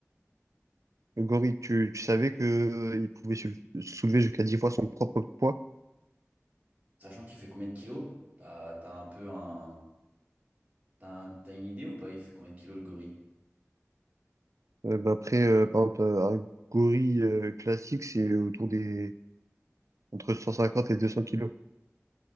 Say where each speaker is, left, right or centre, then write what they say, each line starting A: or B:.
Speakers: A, on the right (about 80°); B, on the right (about 30°).
A: Le gorille, tu, tu savais que euh, il pouvait sou- soulever jusqu'à 10 fois son propre poids.
B: Sachant qu'il fait combien de kilos? T'as, t'as un peu un. T'as, un- t'as une idée ou pas? Il fait combien de kilos le gorille?
A: Euh, bah après, euh, par exemple, euh, un gorille euh, classique, c'est autour des entre 150 et 200 kilos.